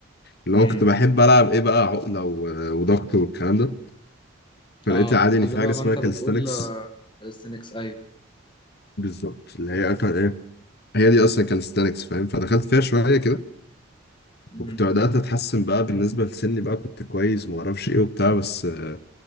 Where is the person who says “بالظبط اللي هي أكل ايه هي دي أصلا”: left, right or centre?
Left